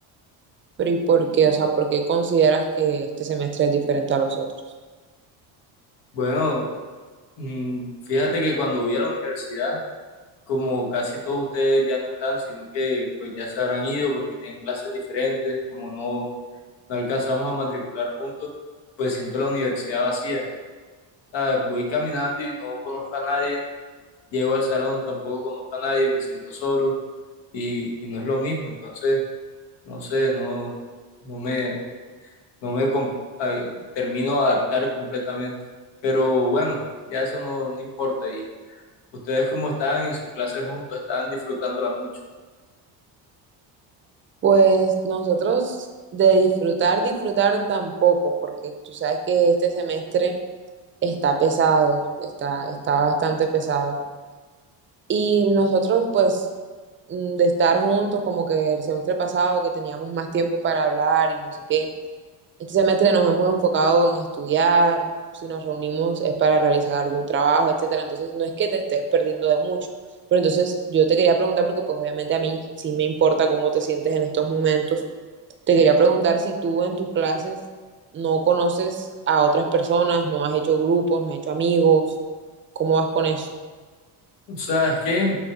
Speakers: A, on the right; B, on the left.
A: Pero ¿y por qué? O sea, ¿por qué consideras que este semestre es diferente a los otros?
B: Bueno, mm, fíjate que cuando voy a la universidad como casi todos ustedes ya no están, sino que pues ya se habrán ido porque tienen clases diferentes, como no, no alcanzamos a matricular juntos, pues siento la universidad vacía. O sea, voy caminando y no conozco a nadie, llego al salón, tampoco conozco a nadie, me siento solo y, y no es lo mismo. Entonces, no sé, no, no me, no me com- ay, termino de adaptar completamente. Pero bueno, ya eso no, no importa. ¿Y ustedes cómo están en sus clases juntos? ¿Están disfrutándolas mucho?
A: Pues nosotros de disfrutar, disfrutar tampoco, porque tú sabes que este semestre está pesado, está, está bastante pesado. Y nosotros pues mm, de estar juntos, como que el semestre pasado que teníamos más tiempo para hablar y no sé qué Este semestre nos hemos enfocado en estudiar, si nos reunimos es para realizar algún trabajo, etcétera. Entonces, no es que te estés perdiendo de mucho, pero entonces yo te quería preguntar, porque pues obviamente a mí sí me importa cómo te sientes en estos momentos, te quería preguntar si tú en tus clases no conoces a otras personas, no has hecho grupos, no has hecho amigos, ¿cómo vas con eso?
B: ¿Sabes qué?